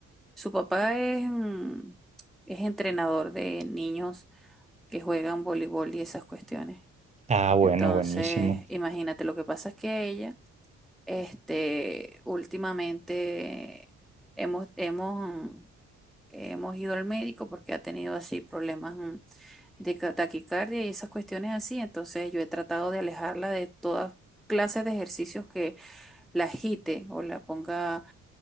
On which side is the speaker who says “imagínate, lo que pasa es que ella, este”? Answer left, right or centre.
Centre